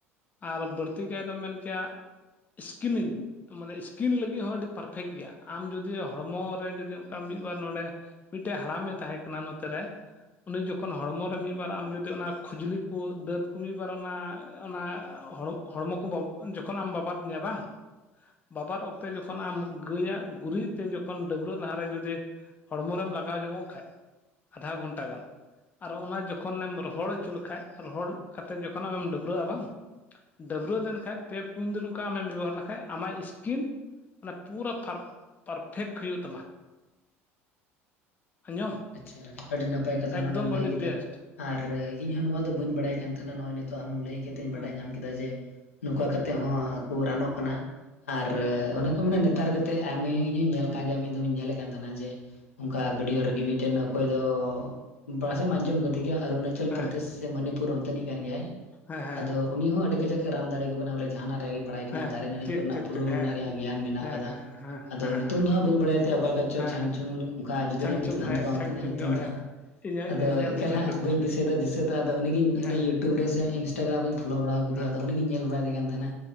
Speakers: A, on the left; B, on the left.
A: ᱟᱨ ᱵᱟᱹᱲᱛᱤ ᱠᱟᱭ ᱫᱚ ᱢᱮᱱ ᱠᱮᱭᱟ ᱥᱠᱤᱱᱤᱧ ᱢᱟᱱᱮ ᱥᱠᱤᱱ ᱞᱟᱹᱜᱤᱫ ᱦᱚᱸ ᱟᱹᱰᱤ ᱯᱟᱨᱯᱷᱮᱠᱴ ᱜᱮᱭᱟ᱾ ᱟᱢ ᱡᱩᱫᱤ ᱦᱚᱲᱢᱚ ᱨᱮ ᱡᱩᱫᱤ ᱚᱱᱠᱟ ᱢᱤᱫ-ᱵᱟᱨ ᱱᱚᱰᱮ ᱢᱤᱫᱴᱮᱡ ᱦᱟᱲᱟᱢᱮ ᱛᱟᱦᱮᱸ ᱠᱟᱱᱟ ᱱᱚᱛᱮᱨᱮ ᱩᱱᱤ ᱡᱚᱠᱷᱚᱱ ᱦᱚᱲᱢᱚ ᱨᱮ ᱢᱤᱫ ᱵᱟᱨ ᱟᱢ ᱡᱩᱫᱤ ᱚᱱᱟ ᱠᱷᱩᱡᱽᱞᱤ ᱠᱚ ᱫᱟᱹᱛ ᱠᱚ ᱢᱤᱫ ᱵᱟᱨ ᱚᱱᱟ ᱚᱱᱟ ᱦᱚᱲᱚ ᱦᱚᱲᱢᱚ ᱠᱚ ᱡᱚᱠᱷᱚᱱ ᱟᱢ ᱵᱟᱵᱟᱫ ᱢᱮᱭᱟ ᱵᱟᱝ ᱵᱟᱵᱟᱫ ᱚᱠᱛᱮ ᱡᱚᱠᱷᱚᱱ ᱟᱢ ᱜᱟᱹᱭ ᱟᱜ ᱜᱩᱨᱤᱡ ᱛᱮ ᱡᱚᱠᱷᱚᱱ ᱰᱟᱹᱵᱽᱨᱟᱹᱜ ᱞᱟᱦᱟ ᱨᱮ ᱡᱩᱚᱫᱤ ᱦᱚᱲᱢᱚ ᱨᱮᱢ ᱞᱟᱜᱟᱣ ᱡᱚᱝᱚᱜ ᱠᱷᱟᱡ ᱟᱫᱷᱟ ᱜᱷᱚᱱᱴᱟ ᱜᱟᱱ ᱟᱨ ᱚᱱᱟ ᱡᱚᱠᱷᱚᱱᱮᱢ ᱨᱚᱦᱚᱲ ᱚᱪᱚ ᱞᱮᱠᱷᱟᱡ ᱨᱚᱦᱚᱲ ᱠᱟᱛᱮ ᱡᱚᱠᱷᱚᱱ ᱟᱢᱮᱢ ᱰᱟᱹᱵᱽᱨᱟᱹᱜᱼᱟ ᱵᱟᱝ ᱰᱟᱹᱵᱽᱨᱟᱹ ᱞᱮᱱᱠᱷᱟᱡ ᱯᱮ ᱯᱩᱱ ᱫᱤᱱ ᱚᱠᱟ ᱟᱢᱮᱢ ᱵᱮᱵᱚᱦᱟᱨ ᱞᱮᱠᱷᱟᱡ ᱟᱢᱟᱜ ᱤᱥᱠᱤᱱ ᱢᱟᱱᱮ ᱯᱩᱨᱟᱹ ᱯᱟᱨᱯᱷᱮᱠᱴ ᱦᱩᱭᱩᱜ ᱛᱟᱢᱟ ᱟᱸᱡᱚᱢ
B: ᱟᱪᱪᱷᱟ ᱟᱹᱰᱤ ᱱᱟᱯᱟᱭ ᱠᱟᱛᱷᱟ
A: ᱮᱠᱫᱚᱢ
B: ᱱᱚᱰᱮᱢ ᱞᱟᱹᱭ
A: ᱟᱹᱰᱤ
B: ᱠᱮᱫᱟ
A: ᱵᱮᱥᱴ
B: ᱟᱨ ᱤᱧ ᱦᱚᱸ ᱱᱚᱣᱟ ᱫᱚ ᱵᱟᱹᱧ ᱵᱟᱲᱟᱭ ᱠᱟᱱ ᱛᱟᱦᱮᱱᱟ ᱱᱚᱜᱚᱭ ᱱᱤᱛᱚᱜ ᱟᱢᱮᱢ ᱞᱟᱹᱭ ᱠᱟᱛᱮ ᱵᱟᱰᱟᱭ
A: ᱦᱮᱸ
B: ᱧᱟᱢ ᱠᱮᱫ ᱠᱮᱫᱟ ᱡᱮ ᱱᱚᱝᱠᱟ ᱠᱟᱛᱮ ᱦᱚᱸ ᱠᱚ ᱨᱟᱱᱚᱜ ᱠᱟᱱᱟ ᱟᱨ
A: ᱦᱮᱸ
B: ᱚᱱᱮ ᱠᱚ ᱢᱮᱱᱟ ᱱᱮᱛᱟᱨ ᱠᱟᱛᱮᱫ ᱟᱭᱢᱟ ᱤᱧ ᱦᱚᱧ ᱧᱮᱞ ᱟᱠᱟᱫ ᱜᱮᱭᱟ ᱢᱤᱫ ᱫᱢ ᱤᱧ ᱧᱮᱞᱮᱫ ᱠᱟᱱ ᱛᱟᱦᱮᱱᱟ ᱡᱮ ᱚᱱᱠᱟ ᱵᱷᱤᱰᱭᱳ ᱨᱮᱜᱮ ᱢᱤᱫ ᱢᱤᱫᱴᱮᱱ ᱚᱠᱚᱭ ᱫᱚ ᱵᱟᱥᱮᱢ ᱟᱸᱡᱚᱢ ᱠᱟᱫᱮ ᱜᱮᱭᱟ ᱚᱨᱩᱱᱟᱪᱚᱞ
A: ᱦᱮᱸ
B: ᱯᱨᱚᱫᱮᱥ ᱢᱚᱱᱤᱯᱩᱨ ᱚᱱᱛᱮᱟᱱᱤᱡ ᱠᱟᱱ ᱜᱮᱭᱟᱭ
A: ᱦᱮᱸ ᱦᱮᱸ
B: ᱟᱫᱚ ᱩᱱᱤ ᱦᱚᱸ ᱟᱹᱰᱤ ᱠᱟᱡᱟᱠ ᱮ ᱨᱟᱱ ᱫᱟᱲᱮᱭᱟ ᱠᱚ ᱠᱟᱱᱟ ᱵᱚᱞᱮ ᱡᱟᱦᱟᱱᱟᱜ ᱨᱮᱜᱮ ᱵᱟᱲᱟᱭ ᱠᱟᱱᱟ
A: ᱦᱮᱸ
B: ᱫᱟᱨᱮ ᱱᱟᱲᱤ
A: ᱴᱷᱤᱠ
B: ᱠᱚᱨᱮᱱᱟᱜ
A: ᱴᱷᱤᱠ
B: ᱯᱩᱨᱟᱹ
A: ᱴᱷᱤᱠ ᱦᱮᱸ
B: ᱱᱟᱹᱲᱤ ᱜᱮᱭᱟᱱ ᱢᱮᱱᱟᱜ
A: ᱦᱮᱸ
B: ᱠᱟᱫᱟ
A: ᱦᱮᱸ ᱦᱮᱸ
B: ᱟᱫᱚ
A: ᱦᱮᱸ
B: ᱧᱩᱛᱩᱢ ᱫᱚ ᱦᱟᱸᱜ ᱵᱟᱹᱧ ᱵᱟᱲᱟᱭᱟ ᱚᱠᱟ ᱞᱮᱠᱟ ᱪᱷᱟ
A: ᱦᱮᱸ ᱦᱮᱸ
B: ᱚᱱᱠᱟ ᱡᱩᱫᱟᱹ
A: ᱪᱷᱟᱝ
B: ᱧᱚᱜ ᱜᱮ
A: ᱪᱷᱩᱝ
B: ᱛᱟᱦᱮᱱ
A: ᱦᱮᱸ
B: ᱛᱟᱠᱚᱣᱟ
A: ᱪᱷᱟᱝ
B: ᱚᱱᱛᱮᱱᱟᱜ
A: ᱪᱷᱩᱝ
B: ᱧᱩᱛᱩᱢ
A: ᱧᱚᱜ
B: ᱫᱚ
A: ᱦᱮᱸ ᱤᱧ
B: ᱟᱫᱚ
A: ᱧᱮᱞ
B: ᱮᱠᱟᱞ
A: ᱫᱩᱧ ᱧᱮᱞ
B: ᱦᱟᱸᱜ
A: ᱠᱟᱫᱮᱭᱟ
B: ᱵᱟᱹᱧ ᱫᱤᱥᱟᱹᱭ ᱮᱫᱟ ᱫᱤᱥᱟᱹ ᱫᱚ ᱟᱫᱚ ᱩᱱᱤᱜᱮᱧ
A: ᱦᱮᱸ
B: ᱤᱭᱩᱴᱩᱵᱽ ᱨᱮ ᱥᱮ ᱤᱱᱴᱟᱜᱨᱟᱢ ᱨᱧ ᱯᱷᱚᱞᱳ ᱵᱟᱲᱟ ᱟᱠᱟᱫᱮᱭᱟ
A: ᱦᱮᱸ
B: ᱟᱫᱚ ᱩᱱᱤ ᱜᱮᱧ ᱧᱮᱞ ᱵᱟᱲᱟᱭᱮᱫᱮ ᱠᱟᱱ ᱛᱟᱦᱮᱱᱟ